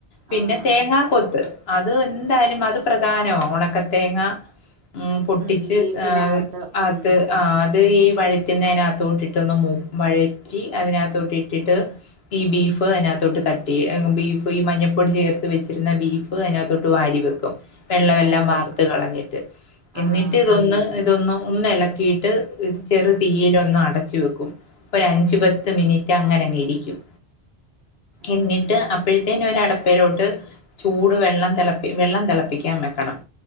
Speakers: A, on the left (about 75°); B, on the right (about 80°).
A: പിന്നെ
B: ആഹ്
A: തേങ്ങാ കൊത്ത് അത് എന്തായാലും അത് പ്രധാനമാ ഉണക്കത്തേങ്ങ... മം പൊട്ടിച്ച്
B: ഉം ബീഫിനകത്ത്
A: അങ്ങ്
B: ഉം
A: അത്.... ആ അത് ഈ വഴറ്റുന്നതിനകത്തോട്ടി ഇട്ടൊന്ന് വഴറ്റി അതിനകത്തോട്ട് ഇട്ടിട്ട്..... ഈ ബീഫ് അതിനകത്തോട്ട് തട്ടി ബീഫ് ഈ മഞ്ഞപ്പൊടി ചേർത്ത് വെച്ചിരുന്ന ബീ അതിനകത്തൊട്ട് വാരി വെക്കും വെള്ളമെല്ലാം
B: വാരി
A: വാർത്ത്
B: വെക്കും
A: കളഞ്ഞിട്ട് എന്നിട്ട്
B: ആഹ്
A: ഇതൊന്ന്...... ഇതൊന്ന് ഒന്ന ഇളക്കിയിട്ട് ഇത് ചെറു തീയിന ഒന്ന് അടച്ച വെക്കും..... ഒരു അഞ്ചു പത്ത് മിനിറ്റ് അങ്ങന അങ്ങെ ഇരിക്കും....
B: ഉം
A: എന്നിട്ട് അപ്പോഴത്തേന്ന ഒരു അടപ്പേരോട്ട്... ചൂട് വെള്ളം തിളപ്പി വെള്ളം തിളപ്പിക്കാൻ വെക്കണം......